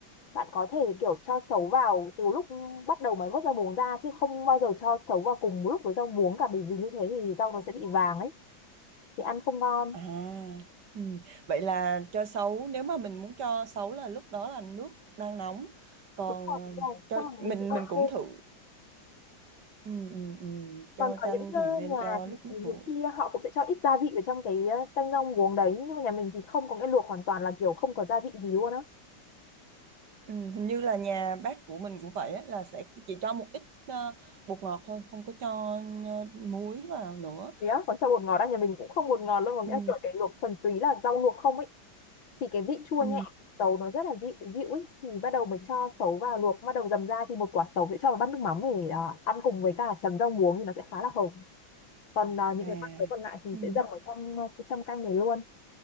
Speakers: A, on the left (about 85°); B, on the right (about 60°).
A: bạn có thể kiểu cho sấu vào từ lúc bắt đầu mới vớt rau muống ra chứ không bao giờ cho sấu vào cùng một lúc với rau muống cả bởi vì như thế thì rau nó sẽ bị vàng ấy thì ăn không ngon
B: À, ừ. Vậy là cho sấu nếu mà mình muốn cho sấu là lúc đó là nước đang nóng còn
A: đúng rồi
B: ờ,
A: đúng rồi
B: cho
A: xong rồi
B: mình
A: mình sẽ ok
B: mình cũng thử ừ, ừ, ừ. Cho
A: còn có
B: chanh
A: những ờ,
B: thì nên
A: nhà
B: cho
A: thì
B: lúc nước
A: nhiều
B: nguội
A: khi họ cũng sẽ cho ít gia vị vào trong cái ờ, canh rau muống đấy nhưng mà nhà mình thì không có nghĩa luộc hoàn toàn là kiểu không có gia vị gì luôn á
B: ừ. Hình như là nhà bác của mình cũng vậy á, là sẽ chỉ cho một ít ờ, bột ngọt thôi không có cho ờ, muối vào nữa
A: thế á còn cho bột ngọt á nhà mình cũng không bột ngọt luôn mà
B: ừ,
A: nghĩa là kiểu cái luộc thuần túy là rau luộc không ấy thì cái vị chua
B: ừ.
A: nhẹ sấu nó rất là dịu dịu ấy thì bắt đầu mình cho sấu vào luộc bắt đầu dầm ra thì một quả sấu sẽ cho vào bát nước mắm để à, ăn cùng với cả chấm rau muống thì nó sẽ khá là hợp còn à, những
B: À
A: cái quả sấu còn lại thì
B: ừ.
A: sẽ dầm ở trong à, cái trong canh này luôn